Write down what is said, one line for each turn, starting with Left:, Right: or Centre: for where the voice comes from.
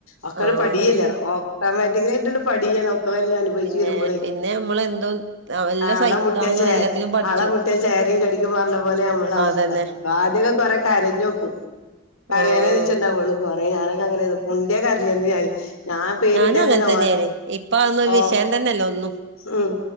Left: ഒക്കാട്
Right: ആഹ്
Left: പടിയേല്ല ഓട്ടോമാറ്റിക്കലായിട്ടൊണ്ട് പഠിയേ എന്നൊക്കെ വര് അനുഭവച്ച്
Right: പിന്നെ
Left: തീരുമ്പോളേ
Right: പിന്നെ നമ്മളെന്തും എല്ലാം
Left: ആളെ
Right: സഹിക്കാനും
Left: മുട്ടിയ ച
Right: എല്ലാത്തിനും പഠിച്ചു
Left: ആളെ മുട്ടിയ ചേരയും കടിക്കുംന്ന് പറഞ്ഞ പോലെയാ നമ്മള അവസ്ഥ
Right: അതന്നെ
Left: ആദ്യൊക്കെ കൊറെ കരഞ്ഞോക്കും. കരയാനേ
Right: ആഹ്
Left: വിധിച്ചിണ്ടാവോള്ളൂ കൊറേ ഞാനൊക്കെ അങ്ങനെയാ മുണ്ടിയാ കരയാര്ന്ന് ഞാന് ഞാൻ പേരിട്ടേന്ന്
Right: ഞാനും അങ്ങനെ
Left: തന്നെ
Right: തന്നെയാണ്
Left: ഓരോ
Right: ഇപ്പൊ അതൊന്നും ഒരു
Left: ഓ
Right: വിഷയം തന്നെയല്ല ഒന്നും
Left: ഉം